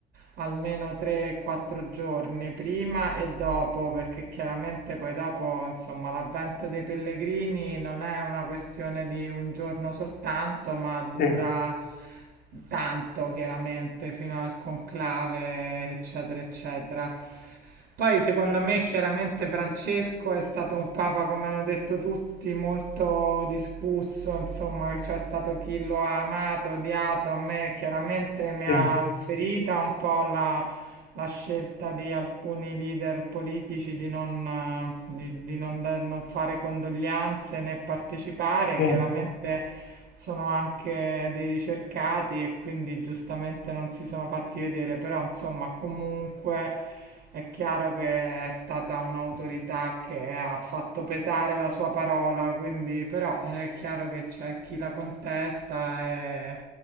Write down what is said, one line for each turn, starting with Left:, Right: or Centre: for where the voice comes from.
Right: almeno 3-4 giorni prima e dopo, perché chiaramente poi dopo, insomma, l'avvento dei pellegrini non è una questione di un giorno soltanto, ma dura
Left: Sì,
Right: tanto chiaramente fino al conclave, eccetera, eccetera. Poi secondo me chiaramente Francesco è stato un papa, come hanno detto tutti, molto discusso, insomma c'è stato chi lo ha amato, odiato, a me chiaramente mi
Left: sì,
Right: ha ferita un po' la, la scelta di alcuni leader politici di non, eh, di- di non da- non fare condoglianze né partecipare,
Left: sì.
Right: chiaramente sono anche dei ricercati e quindi giustamente non si sono fatti vedere, però insomma comunque... È chiaro che è stata un'autorità che ha fatto pesare la sua parola, quindi però è chiaro che c'è chi la contesta e,